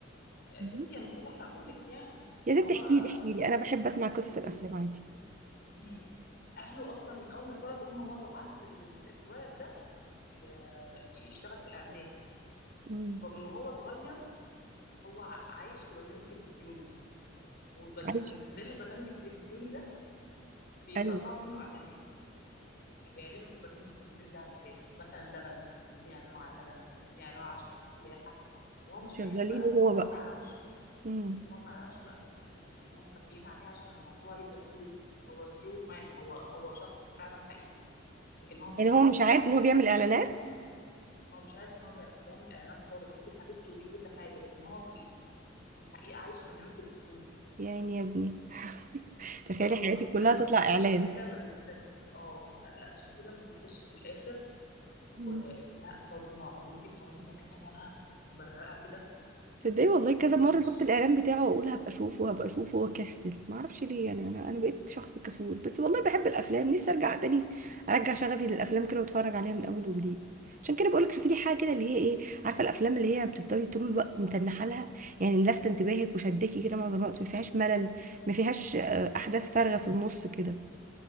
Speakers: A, on the left; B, on the right.
A: آه،
B: مم.
A: بصي انا مش عايزه احرقهولك يعني بس
B: يا
A: هو
B: ريت تحكي لي احكي
A: اتولد
B: لي انا بحب
A: و-
B: اسمع قصص الافلام
A: بصي
B: عادي
A: امم اهله اصلا من اول ما اتولد وهم مضوا عقد ان ال- الولد ده ي- يشتغل في الاعلانات
B: امم
A: فمن وهو صغير هو ع- عايش في برنامج تلفزيوني ومن
B: عايش
A: خلال البرنامج التلفزيوني ده بيطلعوا
B: ايوه
A: منه اعلانات يعني بيعلنوا في البرنامج التلفزيوني ده على حاجات مثلا لبن عايزين يعلنوا على لبن عايزين يعلنوا على شركة سياحة وهو مش
B: شغالين
A: فاهم بقى
B: هو
A: هو بقى
B: بقى
A: ما يعرفش
B: امم
A: هو ما يعرفش بقى إن هم مخبيين عليه عشان الموضوع يبقى ترو هو ترو مان هو هو شخص فعلا حقيقي لكن هو مش
B: يعني
A: عارف
B: هو مش
A: ان هو
B: عارف
A: في اعلان
B: ان هو بيعمل اعلانات
A: هو مش عارف ان هو بيع- بيعمل اعلانات خالص ودي حبيبته ودي كل حاجه لكن هو في ال- في الحقيقه عايش في برنامج تلفزيوني
B: يعني يا ابني <laughs> تخيلي
A: اه
B: حياتك
A: والله
B: كلها
A: لا
B: تطلع
A: او
B: اعلان
A: تشوفيه لما بيكتشف اه لا لا تشوفيه لما بيكتشف في الاخر ولا
B: مم.
A: صدمه وانتي بتقعدي ساكته بقى ومبرقه كده
B: تصدقي والله كذا
A: ومفيش
B: مره شفت الاعلان بتاعه واقول هبقى اشوفه هبقى اشوفه واكسل ما اعرفش ليه يعني انا انا بقيت شخص كسول بس والله بحب الافلام نفسي ارجع تاني ارجع شغفي للافلام كده واتفرج عليها من اول وجديد عشان كده بقولك شوفي لي حاجه كده اللي هي ايه عارفه الافلام اللي هي بتفضلي طول الوقت متنحه لها يعني لافته انتباهك وشداكي كده معظم الوقت ما فيهاش ملل ما فيهاش آه، احداث فارغه في النص كده